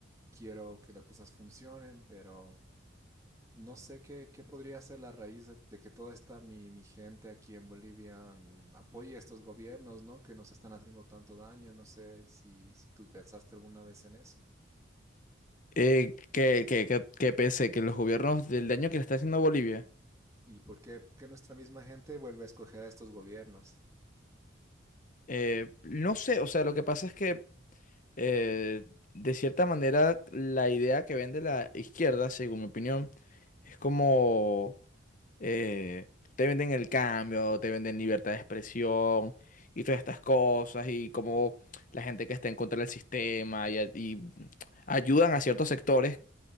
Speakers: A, on the right; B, on the left.
A: quiero que las cosas funcionen, pero no sé qué, qué podría ser la raíz de, de que toda esta mi, mi gente aquí en Bolivia mm, apoye a estos gobiernos, ¿no? Que nos están haciendo tanto daño. No sé si, si tú pensaste alguna vez en eso.
B: Eh, que, que, que, que pese que los gobiernos del daño que le está haciendo a Bolivia,
A: ¿Y por qué, por qué nuestra misma gente vuelve a escoger a estos gobiernos?
B: eh, no sé, o sea, lo que pasa es que eh, de cierta manera la idea que vende la izquierda, según mi opinión, es como eh, te venden el cambio, te venden libertad de expresión y todas estas cosas y como la gente que está en contra del sistema y, y ayudan a ciertos sectores